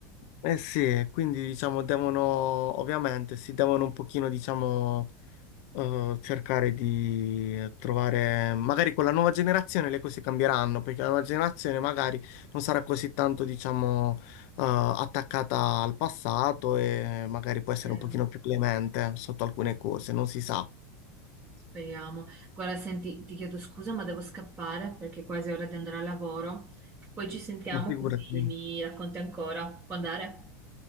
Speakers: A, on the left (about 60°); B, on the right (about 25°).
A: eh sì, quindi diciamo devono, ovviamente, si devono un pochino, diciamo, eh, cercare di trovare, magari con la nuova generazione le cose cambieranno, perché la nuova generazione magari non sarà così tanto, diciamo, eh, attaccata al passato e magari può essere
B: Eh,
A: un pochino più clemente sotto alcune cose, non si sa.
B: Speriamo. Guarda, senti, ti chiedo scusa, ma devo scappare perché è quasi ora di andare al lavoro. Poi ci sentiamo
A: Ma figurati.
B: così mi racconti ancora. Può andare?